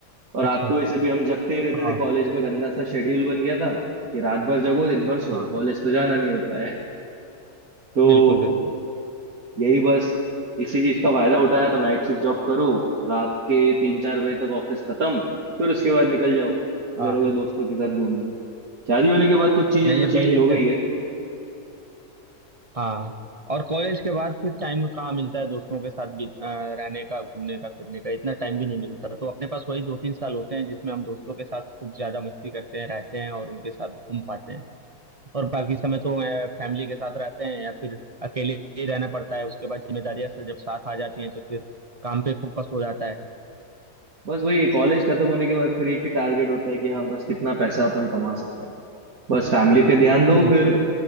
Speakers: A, on the right; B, on the right.
A: और रात
B: अच्छा
A: को ऐसे भी हम जगते ही रहते
B: हाँ
A: थे कॉलेज में गंदा सा शेड्यूल बन गया था कि रात भर जगो दिन भर सो
B: हाँ
A: कॉलेज
B: हाँ,
A: तो जाना नहीं रहता है <laughs> तो
B: बिल्कुल बिल्कुल
A: यही बस इसी चीज का फायदा उठाया तो नाइट शिफ्ट जॉब करो रात के तीन चार बजे
B: हाँ
A: तक ऑफिस खत्म फिर उसके बाद निकल जाओ इधर
B: हाँ
A: उधर दोस्तों के साथ घूमना है शादी होने के बाद कुछ चीजें
B: नहीं
A: तो
B: ये
A: चेंज
B: बढ़िया
A: हो गई
B: है।
A: है
B: हाँ और कॉलेज के बाद फिर टाइम कहाँ मिलता है दोस्तों के साथ भी अ, रहने का घूमने का फिरने का इतना टाइम भी नहीं मिलता तो अपने पास वही दो तीन साल होते हैं जिसमें हम दोस्तों के साथ खूब ज्यादा मस्ती करते हैं रहते हैं और उनके साथ घूम पाते हैं और बाकी समय तो फैमिली के साथ रहते हैं या फिर अकेले ही रहना पड़ता है उसके बाद जिम्मेदारियां सब जब साथ आ जाती हैं तो फिर काम पे फोकस हो जाता है
A: बस वही कॉलेज खत्म होने के बाद फिर एक ही टारगेट होता है कि हाँ बस कितना पैसा अपन कमा सकते हैं बस फैमिली पे ध्यान दो
B: बिल्कुल
A: फिर